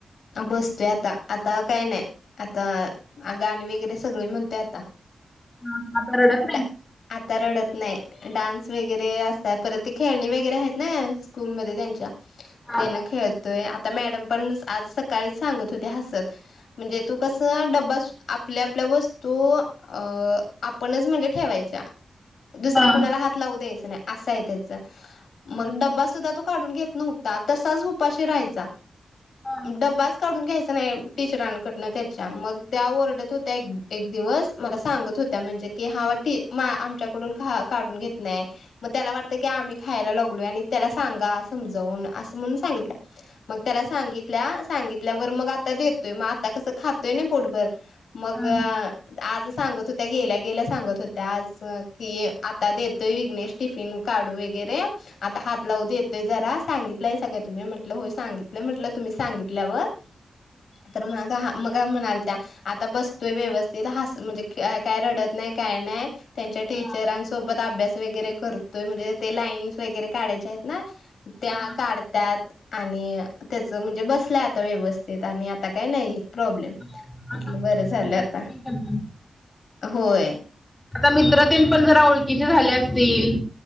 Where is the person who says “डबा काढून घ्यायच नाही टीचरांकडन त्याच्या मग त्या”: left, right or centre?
Left